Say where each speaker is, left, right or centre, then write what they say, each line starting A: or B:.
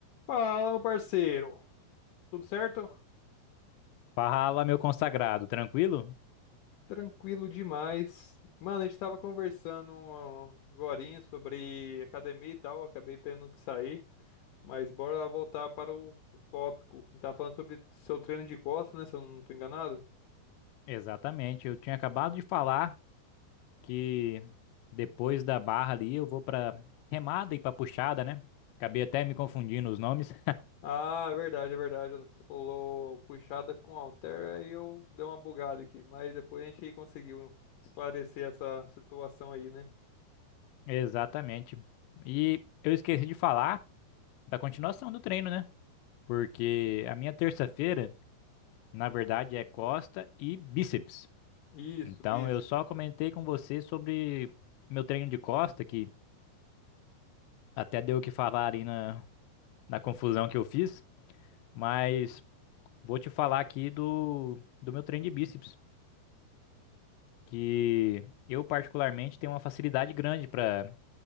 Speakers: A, on the left; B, on the left.
A: Fala, meu parceiro. Tudo certo?
B: Fala, meu consagrado, tranquilo?
A: Tranquilo demais. Mano, a gente tava conversando agora sobre academia e tal, acabei tendo que sair, mas bora lá voltar para o, o tópico. A gente tava falando sobre seu treino de costas, né? Se eu não tô enganado.
B: Exatamente, eu tinha acabado de falar que depois da barra ali eu vou pra remada e pra puxada, né? Acabei até me confundindo os nomes.
A: Ah, é verdade, é verdade. Você falou puxada com halter, aí eu dei uma bugada aqui, mas depois a gente conseguiu esclarecer essa situação aí, né?
B: <laughs> Exatamente. E eu esqueci de falar da continuação do treino, né? Porque a minha terça-feira, na verdade, é costa e bíceps.
A: Isso,
B: Então
A: bis.
B: eu só comentei com você sobre meu treino de costa, que até deu o que falar ali na, na confusão que eu fiz. Mas Vou te falar aqui do, do meu treino de bíceps, que eu particularmente tenho uma facilidade grande para